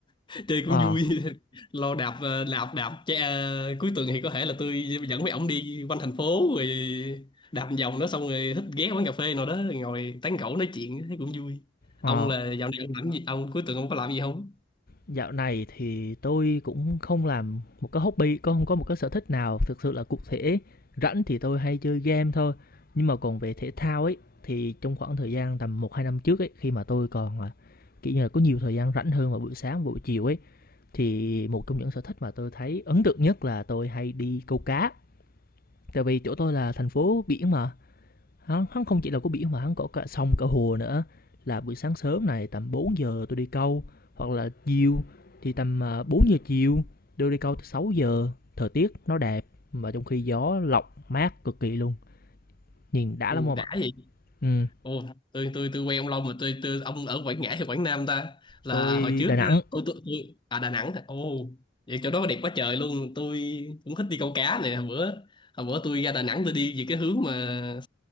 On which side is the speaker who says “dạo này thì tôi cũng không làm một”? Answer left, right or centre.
Left